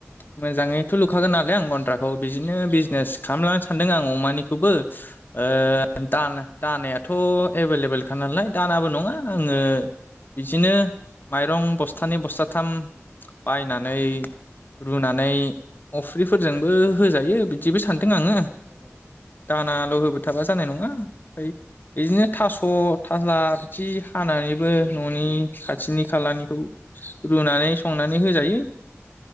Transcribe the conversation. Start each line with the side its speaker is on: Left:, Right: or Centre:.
Left: मोजाङैथ'
Right: औ
Left: लुखागोन नालाय आं। गनद्राखौ बिदिनो बिजनेस
Right: औ
Left: खालामलांनो सानदों आं। अमानिखौबो ओ
Right: औ
Left: दा दानायाथ' एभेलेबलखा नालाय। दानाबो नङा आङो बिदिनो
Right: औ
Left: माइरं बस्थानै बस्थाथाम बायनानै
Right: औ
Left: रुनानै अफ्रिफोरजोंबो होजायो बि बिदिबो सानदों
Right: होजायो
Left: आङो
Right: नोंथां औ
Left: दान नाल' होबो थाबा जानाय नङा। फाय बिदिनो थास' आलना बिदि हानानैबो
Right: औ
Left: न'नि खाथिनि खालानिखौ रुनानै
Right: औ
Left: संनानै होजायो।